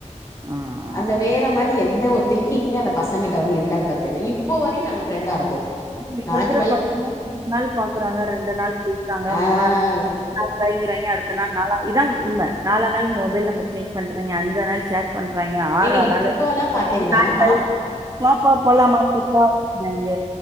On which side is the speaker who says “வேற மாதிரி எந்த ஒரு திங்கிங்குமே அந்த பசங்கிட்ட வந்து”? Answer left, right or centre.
Left